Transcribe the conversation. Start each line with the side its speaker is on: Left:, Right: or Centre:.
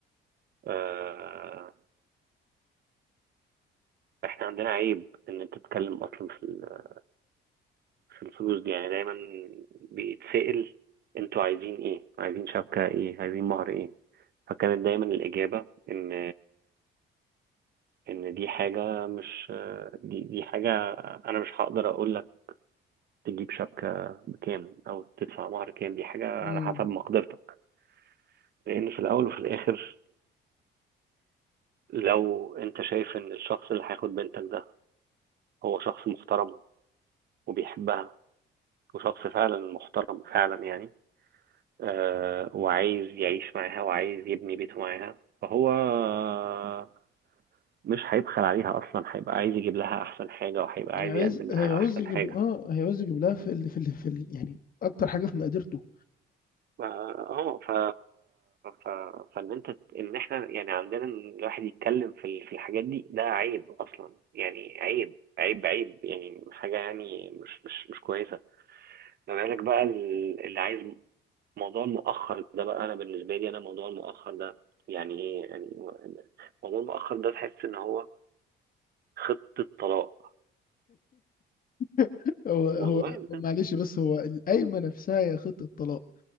Right: آه، احنا عندنا عيب ان انت تتكلم اصلا في ال- في الفلوس دي يعني دايما بيتسأل انتوا عايزين ايه عايزين شبكة ايه عايزين مهر ايه فكانت دايما الإجابة ان ان دي حاجة مش آه، دي دي حاجة انا مش هقدر اقول لك تجيب شبكة بكام او تدفع مهر كام دي حاجة على
Left: مم.
Right: حسب مقدرتك لان في الاول وفي الاخر لو انت شايف ان الشخص اللي هياخد بنتك ده هو شخص محترم وبيحبها وشخص فعلا محترم فعلا يعني آه، وعايز يعيش معاها وعايز يبني بيته معاها فهو آه، مش هيبخل عليها اصلا هيبقى عايز يجيب لها احسن حاجه وهيبقى
Left: عايز
Right: عايز يقدم لها
Left: هيعوز
Right: احسن
Left: يجيب
Right: حاجه
Left: اه هيعوز يجيب لها في ال... في ال... في ال... يعني اكتر حاجه في مقدرته
Right: ف- اه ف... ف... فان انت ان احنا يعني عندنا إن الواحد يتكلم في ال- في الحاجات دي ده عيب اصلا يعني عيب عيب عيب يعني حاجه يعني مش مش مش كويسه ما بالك بقى ال- اللي عايز موضوع المؤخر ده بقى انا بالنسبه لي انا موضوع المؤخر ده يعني ايه يعني موضوع المؤخر ده تحس ان هو خطه طلاق
Left: <laughs> هو هو
Right: موضوع ده
Left: معلش بس هو القايمه نفسها هي خطه طلاق